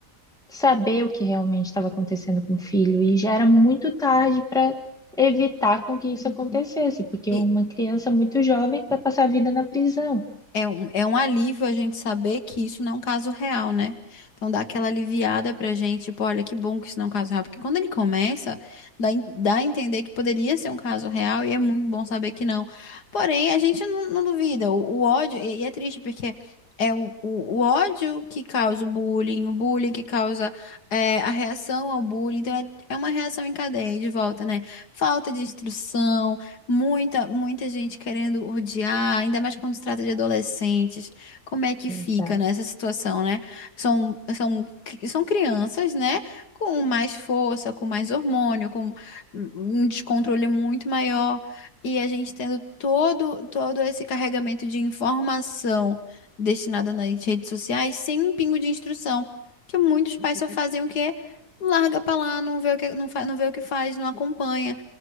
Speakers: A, in the centre; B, on the left.
A: saber o que realmente estava acontecendo com o filho e já era muito tarde para evitar com que
B: Uhum.
A: isso acontecesse, porque
B: E
A: uma criança muito jovem vai passar a vida na prisão.
B: é um, é um alívio a gente saber que isso não é um caso real, né? Então dá aquela aliviada pra gente, tipo, olha que bom que isso não é um caso real. Porque quando ele começa, dá, en- dá a entender que poderia ser um caso real e é muito bom saber que não. Porém, a gente não, não duvida. O, o ódio, e, e é triste porque. É o, o, o ódio que causa o bullying, o bullying que causa é, a reação ao bullying. Então, é, é uma reação em cadeia de volta, né? Falta de instrução, Muita, muita gente querendo odiar, ainda mais quando se trata de adolescentes. Como é que
A: exato
B: fica nessa situação, né? São, são, são crianças, né? Com mais força, com mais hormônio, com um descontrole muito maior. E a gente tendo todo, todo esse carregamento de informação destinada nas redes sociais sem um pingo de instrução. Que muitos pais só fazem o quê? Larga pra lá, não vê o que, não fa, não vê o que faz, não acompanha.